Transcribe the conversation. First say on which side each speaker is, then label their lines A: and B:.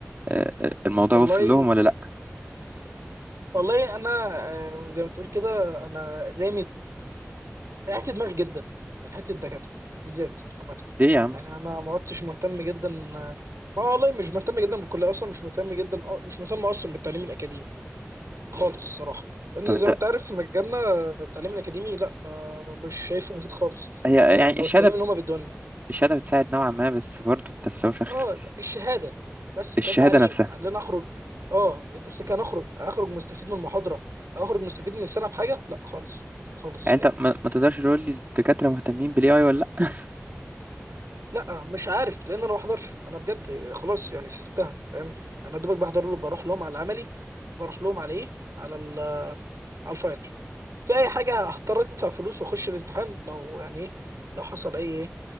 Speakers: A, on the right; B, on the right.
A: آه، آه، الموضوع
B: والله
A: وصل لهم ولا لا
B: والله انا آه، زي ما تقول كده انا رامي ريحت دماغي جدا من حته الدكاتره بالذات عامه
A: ليه يا عم
B: يعني انا ما عدتش مهتم جدا ما والله مش مهتم جدا بالكليه اصلا مش مهتم جدا مش مهتم اصلا بالتعليم الاكاديمي خالص الصراحه لان
A: طب انت
B: زي ما انت عارف في مجالنا التعليم الاكاديمي لا ما مش شايفه مفيد خالص
A: هي
B: آه،
A: يعني
B: لو
A: الشهاده
B: التعليم اللي هما بيدوه لنا
A: الشهاده بتساعد نوعا ما بس برضه انت في الاول وفي الاخر
B: اه الشهاده بس كتعليم
A: الشهاده نفسها
B: قال لنا اخرج اه بس كان اخرج اخرج مستفيد من المحاضره اخرج مستفيد من السنه بحاجه لا خالص خالص
A: يعني
B: يعني
A: انت ما, ما تقدرش تقول لي الدكاتره مهتمين بالاي اي ولا لا
B: لا مش عارف لان انا ما بحضرش انا بجد خلاص يعني سبتها فاهم انا دوبك بحضر له بروح لهم على العملي بروح لهم على ايه على ال- على الفاينل في اي حاجه هضطر ادفع فلوس واخش الامتحان لو يعني ايه لو حصل اي ايه